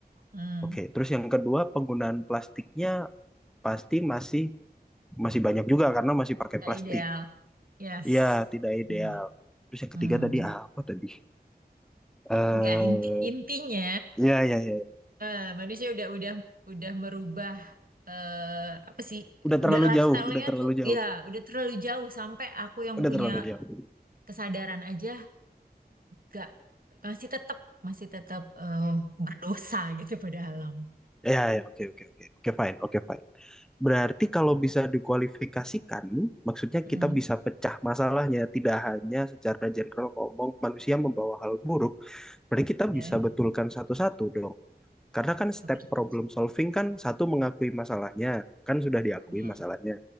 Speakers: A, on the right (about 60°); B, in the centre.
A: hmm.
B: oke. Terus yang kedua, penggunaan plastiknya pasti masih masih banyak juga karena masih pakai
A: Nggak
B: plastik.
A: ideal. Yes.
B: Iya, tidak ideal.
A: Iya.
B: Terus yang
A: Hmm.
B: ketiga tadi apa tadi? Eh,
A: Nggak, inti intinya
B: ya, ya, ya. ya.
A: eh, manusia udah udah udah merubah eh apa sih
B: Udah terlalu
A: udah lifestyle-nya
B: jauh, udah terlalu
A: tuh
B: jauh,
A: ya udah terlalu jauh sampai aku yang
B: udah
A: punya
B: terlalu jauh.
A: kesadaran aja gak masih tetap masih tetap eh, berdosa gitu <laughs> pada alam.
B: Ya, ya, oke, oke, oke, oke, fine, oke, fine. Berarti kalau bisa dikualifikasikan, maksudnya
A: Mm-mm.
B: kita bisa pecah masalahnya, tidak hanya secara general ngomong manusia membawa hal buruk, berarti kita
A: Ya,
B: bisa betulkan satu-satu dong. Karena kan
A: seperti
B: step problem solving kan satu mengakui masalahnya, kan sudah diakui
A: mm,
B: masalahnya.